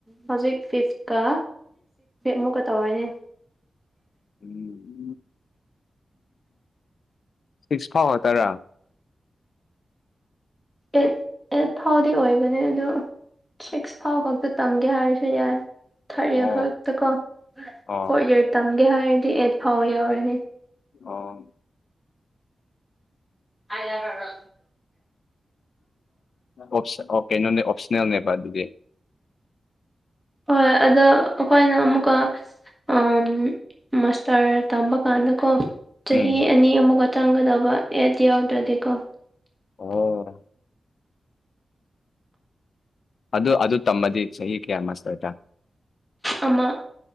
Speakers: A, in the centre; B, on the left.
A: ꯍꯧꯖꯤꯛ ꯐꯤꯐ ꯀ ꯕꯦꯛꯃꯨꯛꯀ ꯇꯧꯔꯣꯏꯅꯦ
B: ꯎꯝ ꯁꯤꯛꯁ ꯐꯥꯎ ꯇꯔꯥ
A: ꯑꯦꯠ ꯑꯦꯠ ꯊꯥꯎꯗꯤ ꯑꯣꯏꯕꯅꯦ ꯑꯗꯣ ꯁꯤꯛꯁ ꯊꯥꯎ ꯈꯛꯇ ꯇꯝꯒꯦ ꯍꯥꯏꯔꯁꯨ ꯌꯥꯔ ꯊꯥꯔꯠ
B: ꯑꯣ
A: ꯏꯌꯥꯔ ꯐꯥꯎꯛꯇ ꯀꯣ
B: ꯑꯣ
A: ꯐꯣꯔ ꯏꯌꯥꯔ ꯇꯝꯒꯦ ꯍꯥꯏꯔꯗꯤ ꯑꯩꯠ ꯐꯥꯎ ꯌꯥꯎꯔꯅꯤ
B: ꯑꯥ
A: ꯑꯥꯏꯗ ꯑꯗꯨꯔ
B: ꯑꯣ ꯑꯣ ꯀꯩꯅꯣꯅꯦ ꯑꯣꯞꯁꯅꯦꯜꯅꯦꯕ ꯑꯗꯨꯗꯤ
A: ꯍꯣꯏꯣꯏ ꯑꯗ ꯑꯩꯈꯣꯏꯅ ꯑꯃꯨꯛꯀ ꯑ ꯃꯁꯇꯔ ꯇꯝꯕ ꯀꯥꯟꯗꯀꯣ ꯆꯍꯤ
B: ꯎꯝ
A: ꯑꯅꯤ ꯑꯃꯨꯛꯒ ꯆꯪꯒꯗꯕ ꯑꯦꯗ ꯌꯥꯎꯗ꯭ꯔꯗꯤꯀꯣ
B: ꯑꯣ ꯑꯗꯨ ꯑꯗꯨ ꯇꯝꯃꯗꯤ ꯆꯍꯤ ꯀꯌꯥꯃꯇꯋꯦꯇꯥ
A: ꯑꯃ